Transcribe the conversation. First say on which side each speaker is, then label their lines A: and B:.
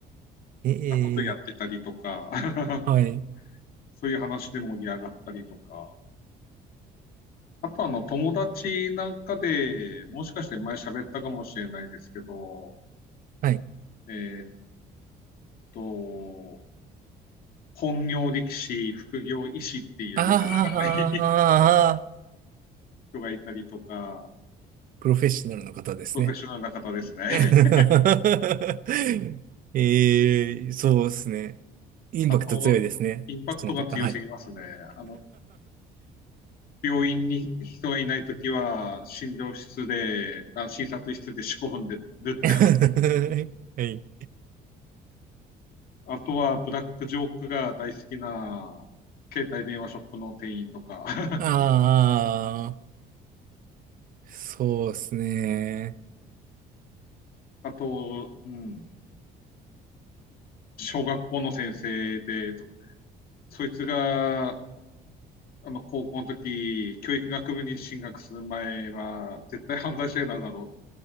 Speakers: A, on the right (about 55°); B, on the left (about 60°).
A: ええ
B: なことやってたりとか、<laughs>
A: はい。
B: そういう話で盛り上がったりとか、あとあの、友達なんかで、もしかして前喋ったかもしれないですけど、
A: はい
B: えーっと、本業力士、副業医師っていうよくわかんない
A: ああ、
B: <laughs> 人がいたりとか、
A: プロフェッショナルの方ですね。
B: プロフェッショナルな方ですね。
A: <laughs>
B: <laughs>
A: ええそうですね。インパクト強いですね。
B: あと、インパクトが強すぎますね。
A: その方、はい。
B: あの、病院に人がいないときは、診療室で、あ、診察室で四股踏んでるって話。
A: <laughs> はい。
B: あとは、ブラックジョークが大好きな、携帯電話ショップの店員とか、<laughs>
A: ああ、そうですね。
B: あと、うん。小学校の先生で、そいつが、あの、高校の時、教育学部に進学する前は、絶対犯罪者になるだろ